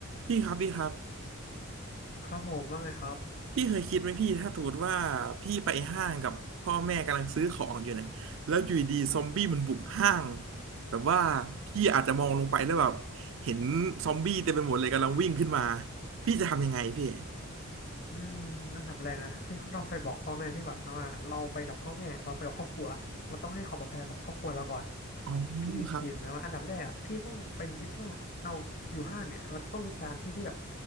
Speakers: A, on the right; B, on the left.
A: พี่ครับพี่ครับ
B: ครับผมว่าไงครับ
A: พี่เคยคิดไหมพี่ถ้าสมมติว่าพี่ไปห้างกับพ่อแม่กำลังซื้อของอยู่นะแล้วอยู่ดีๆซอมบี้มันบุกห้างแบบว่าพี่อาจจะมองลงไปแล้วแบบเห็นซอมบี้เต็มไปหมดเลยกำลังวิ่งขึ้นมาพี่จะทำยังไงพี่
B: อืมอันดับแรกนะพี่ต้องไปบอกพ่อแม่พี่ก่อนเพราะว่าเราไปกับพ่อแม่เราไปกับครอบครัวเราต้องให้ความปลอดภัยกับครอบครัวเราก่อน
A: อ๋อ
B: พี่คิดนะว่าอันดับแรกอะพี่ต้องไปคิดว่าเราอยู่ห้างเนี่ยเราจะต้องมีสถานที่ที่แบบ
A: ครับ